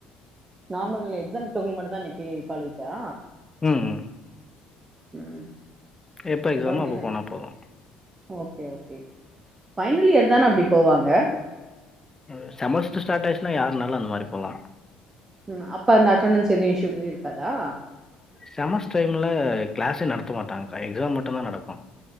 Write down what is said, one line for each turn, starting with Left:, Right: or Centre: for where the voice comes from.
Right: நார்மல் எக்ஸம்ருக்கராவாங்க மட்டு தா இன்னிக்கு காலேஜா
Left: ம் ம்
Right: ம்
Left: எப்ப எக்ஸாமோ
Right: அப்புறம்
Left: அப்ப
Right: என்ன
Left: போனா போதும்
Right: ஓகே ஓகே பைனல் இயர் தான அப்பிடி போவாங்க
Left: ம் செமஸ்டர் ஸ்டார்ட் ஆயிச்சுன்னா யாருனாலு அந்த மாரி போலா
Right: ம் அப்ப அந்த அட்டணண்ஸ் எதுவு இஷயூ இருக்காதா
Left: செமஸ்டர் டைம்ல ல கிளாசே நடத்தமாட்டாங்க கா எக்ஸாம் மட்டுதா நடக்கு